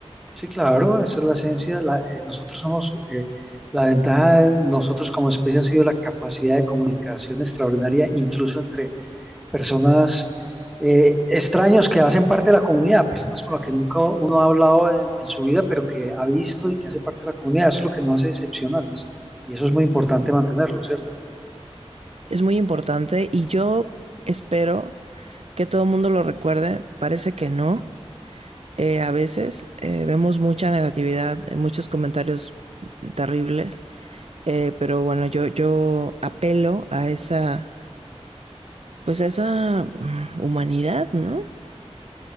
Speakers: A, in the centre; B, on the right.
A: sí, claro, esa es la esencia. la- eh, nosotros somos, eh, la ventaja de nosotros como especie ha sido la capacidad de comunicación extraordinaria, incluso entre personas eh, extraños que hacen parte de la comunidad, personas con las que nunca uno ha hablado en, en su vida, pero que ha visto y que hace parte de la comunidad. Eso es lo que nos hace excepcionales. Y eso es muy importante mantenerlo, ¿cierto?
B: Es muy importante y yo espero que todo el mundo lo recuerde, parece que no. Eh, a veces eh, vemos mucha negatividad, eh, muchos comentarios terribles, eh, pero bueno, yo, yo apelo a esa, pues a esa mm, humanidad, ¿no?